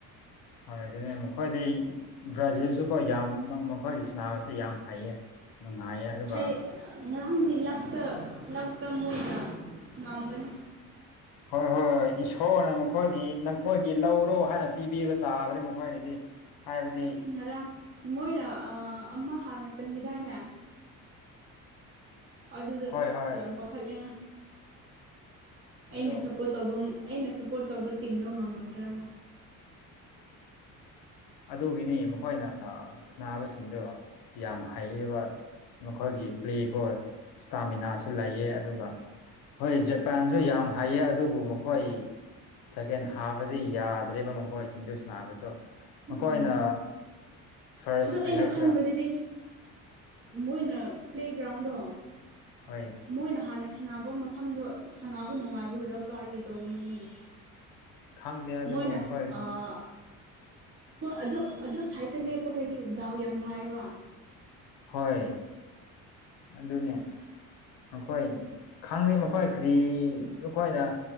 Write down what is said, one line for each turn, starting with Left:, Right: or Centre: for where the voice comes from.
Left: ꯍꯣꯏ ꯑꯗꯨꯅꯦ ꯃꯈꯣꯏꯗꯤꯩ ꯕ꯭ꯔꯖꯁꯤꯁꯨꯀꯣ ꯌꯥꯝ ꯃꯈꯣꯏꯒꯤ ꯁꯅꯥꯕꯁꯤ ꯌꯥꯝ ꯍꯩꯌꯦ ꯅꯨꯡꯉꯥꯏꯌꯦ ꯑꯗꯨꯒ
Right: ꯍꯩ ꯉꯔꯥꯡꯗꯤ ꯂꯛꯇ ꯂꯥꯛ ꯃꯑꯣꯢꯅ ꯉꯥꯝꯕꯅꯦ
Left: ꯍꯣꯏ ꯍꯣꯏ ꯍꯣꯏ ꯏꯁꯣꯔꯅ ꯃꯈꯣꯏꯒꯤ ꯅꯈꯣꯏꯒꯤ ꯂꯧꯔꯣ ꯍꯥꯏꯅ ꯄꯤꯕꯤꯕ ꯇꯥꯕꯅꯤ ꯃꯈꯣꯏꯒꯤꯗꯤ ꯍꯥꯏꯕꯗꯤ
Right: ꯑꯁ ꯉꯔꯥꯡ ꯃꯣꯏꯅ ꯑꯃ ꯍꯥꯟꯅ ꯆꯟꯈꯤꯗꯥꯏꯅꯦ ꯑꯗꯨꯗꯣ
Left: ꯍꯣꯏ
Right: ꯑꯁ
Left: ꯍꯣꯏ
Right: ꯌꯥꯝ ꯄꯥꯈꯠꯂꯦ ꯉꯥ ꯑꯩꯅ
Left: ꯑꯗꯨ
Right: ꯁꯞꯄꯣꯔꯠ ꯇꯧꯕ ꯑꯩꯅ ꯁꯞꯄꯣꯔꯠ ꯇꯧꯕ ꯇꯤꯝꯗꯣ ꯉꯝꯃꯣꯏꯗ꯭ꯔꯥꯅ
Left: ꯑꯗꯨꯒꯤꯅꯤ ꯃꯈꯣꯏꯅ ꯁꯤꯕꯁꯤꯡꯗꯣ ꯌꯥꯝ ꯍꯩꯌꯦꯕ ꯃꯈꯣꯏꯒꯤ ꯄ꯭ꯂꯦꯒꯣ ꯏꯁꯇꯥꯃꯤꯅꯥꯁꯨ ꯂꯩꯌꯦ ꯑꯗꯨꯒ ꯍꯣꯏ ꯖꯄꯥꯟꯁꯨ ꯌꯥꯝ ꯍꯩꯌꯦ ꯑꯗꯨꯕꯨ ꯃꯈꯣꯏ ꯁꯦꯀꯦꯟ ꯍꯥꯞꯄꯗꯤ ꯌꯥꯗ꯭ꯔꯦꯕ ꯃꯈꯣꯏꯁꯤꯡꯗꯨ ꯅꯥꯕꯁꯨ ꯃꯈꯣꯏꯅ
Right: ꯎꯝ
Left: ꯐꯥꯔꯁ
Right: ꯑꯗꯣ
Left: ꯀꯔꯤ
Right: ꯑꯩꯅ
Left: ꯍꯥꯏꯁꯤꯔꯥ
Right: ꯈꯟꯕꯗꯨꯗꯤ ꯃꯣꯏꯅ ꯄ꯭ꯂꯦꯒ꯭ꯔꯥꯎꯟꯗꯣ
Left: ꯍꯣꯏ
Right: ꯃꯣꯏꯅ ꯍꯥꯟꯅ ꯁꯥꯟꯅꯕ ꯃꯐꯝꯗꯣ ꯁꯅꯥꯕꯨ ꯅꯨꯡꯉꯥꯏꯕꯒꯤꯔ ꯀꯔꯤ ꯇꯧꯕꯅꯣꯃꯤꯅꯦ
Left: ꯈꯪꯗꯦ ꯑꯗꯨꯕꯨ
Right: ꯃꯣꯏꯅ
Left: ꯃꯈꯣꯏ
Right: ꯑꯥ ꯑꯗꯨ ꯑꯗꯨ ꯁꯥꯏꯗꯠꯇ ꯂꯦꯞꯄꯒꯩꯗꯤ ꯗꯥꯎ ꯌꯥꯝ ꯐꯌꯦꯕ
Left: ꯍꯣꯏ ꯑꯗꯨꯅꯦ ꯑꯩꯣꯏ ꯈꯪꯗꯦ ꯃꯈꯣꯏ ꯀꯔꯤ ꯃꯈꯣꯏꯅ